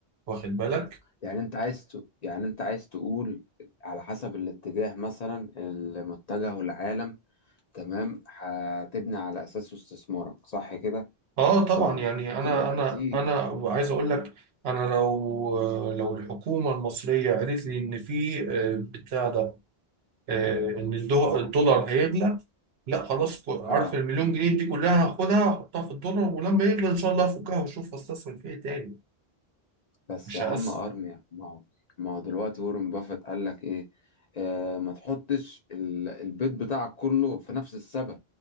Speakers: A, on the right; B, on the left.
A: واخد بالك؟
B: يعني انت عايز ت... يعني انت عايز تقول على حسب الاتجاه مثلا المتجه والعالم تمام هتبني على اساسه استثمارك صح كده
A: آه طبعا
B: طيب
A: يعني أنا
B: دلوقتي
A: أنا أنا عايز أقول لك أنا لو آه، لو الحكومة المصرية قالت لي إن في آه، بتاع ده آه، ان الدو-
B: اه
A: الدولار هيغلى لا خلاص ك- عارف
B: اه
A: المليون جنيه دي كلها هاخدها احطها في الدولار ولما يغلى ان شاء الله افكها واشوف استثمر في ايه تاني
B: بس
A: مش
B: يا
A: هقسم
B: عم ارميا ما هو ما هو دلوقتي وارن بافيت قال لك ايه آه ما تحطش ال- البيض بتاعك كله في نفس السبت